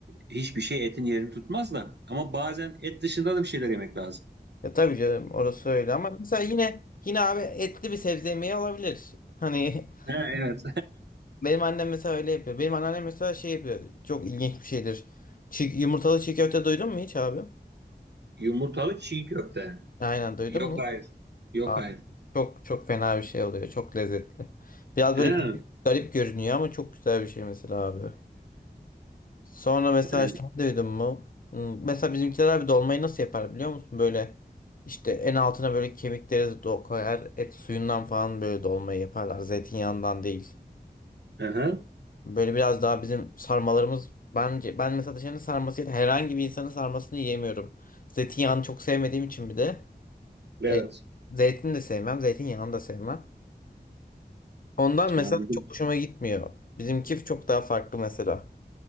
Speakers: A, on the right; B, on the left.
A: e, hiçbir şey etin yerini tutmaz da ama bazen et dışında da bir şeyler yemek lazım.
B: Ya tabii canım orası öyle ama mesela yine yine abi etli bir sebze yemeği olabilir. Hani
A: Ha, evet.
B: <laughs> benim annem mesela öyle yapıyor. Benim anneannem mesela şey yapıyor. Çok ilginç bir şeydir. Çiğ, yumurtalı çiğ köfte duydun mu hiç abi?
A: Yumurtalı çiğ köfte.
B: Aynen duydun
A: Yok
B: mu? hiç?
A: hayır. Yok
B: Abi
A: hayır.
B: çok çok fena bir şey oluyor. Çok lezzetli. Biraz
A: Ha.
B: böyle garip, garip görünüyor ama çok güzel bir şey mesela abi. Sonra mesela
A: e,
B: şey duydun mu? Hmm, Mesela bizimkiler abi dolmayı nasıl yapar biliyor musun? Böyle işte en altına böyle kemikleri do koyar. Et suyundan falan böyle dolmayı yaparlar. Zeytinyağından değil.
A: aha.
B: Böyle biraz daha bizim sarmalarımız bence ben mesela dışarının sarmasıyla herhangi bir insanın sarmasını yiyemiyorum. Zeytinyağını çok sevmediğim için bir de
A: Evet.
B: e, zeytin de sevmem, zeytinyağını da sevmem. Ondan mesela
A: Anladım.
B: çok hoşuma gitmiyor. Bizimki çok daha farklı mesela.